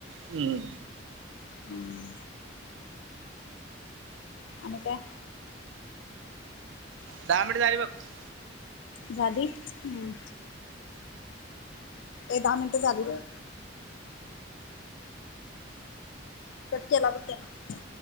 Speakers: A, on the right; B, on the left.
A: हम्म.
B: हम्म. आणि काय?
A: दहा मिनिट झाली बघ
B: झाली हम्म ए दहा मिनिटं झाली बघ. कट केला ब त्यानं.